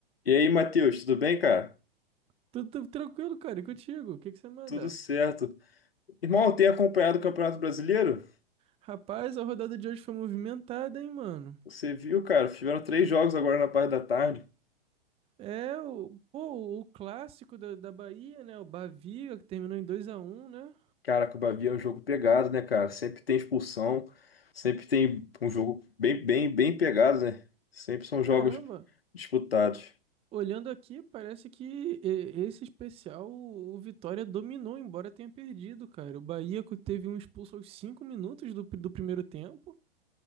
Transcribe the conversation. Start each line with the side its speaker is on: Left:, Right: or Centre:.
Left: E aí, Matheus, tudo bem, cara?
Right: Tudo tudo tranquilo, cara, e contigo? O que que você manda?
Left: Tudo certo. Irmão, tem acompanhado o Campeonato Brasileiro?
Right: Rapaz, a rodada de hoje foi movimentada, hein, mano?
Left: Você viu, cara? Tiveram três jogos agora na parte da tarde.
Right: É, o, pô, o clássico da, da Bahia, né? O Bavi, que terminou em dois a um, né?
Left: Caraca, o Bahia é um jogo pegado, né, cara? Sempre tem expulsão, sempre tem um jogo bem, bem, bem pegado, né? Sempre são jogos
Right: Caramba,
Left: disputados.
Right: o- olhando aqui, parece que e- esse especial o, o Vitória dominou, embora tenha perdido, cara. O Bahia co- teve um expulso aos 5 minutos do, pri- do primeiro tempo.